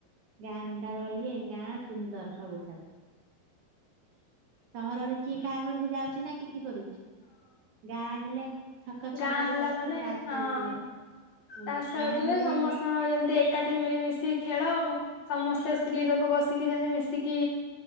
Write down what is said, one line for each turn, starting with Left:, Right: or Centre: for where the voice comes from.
Right: ଗାଁ ଗଣ୍ଡା ର ଇଏ ଗାଁ ସୁନ୍ଦର ସବୁଠାରୁ। ସହରରେ କିଏ କାହା ଘରକୁ ଯାଉଛି ନା କିଛି କରୁଛି? ଗାଁ ହେଲେ ଛକ ଛକ
Left: ଗାଁ ହେଲା
Right: ରେ ବସିକି
Left: ମାନେ
Right: ତାସ
Left: ହଁ
Right: ଖେଳୁଥିବେ ହଁ
Left: ତାସ୍ ଖେଳୁଥିବେ
Right: ଗାଁ ହେଲେ
Left: ସମସ୍ତଙ୍କ ଯେମିତି ଏକାଠି ମିଳିମଶିକି ଖେଳ ସମସ୍ତେ ସ୍ତ୍ରୀ ଲୋକ ବସିକି ଯଦି ଯନ୍ତି ମିଶିକି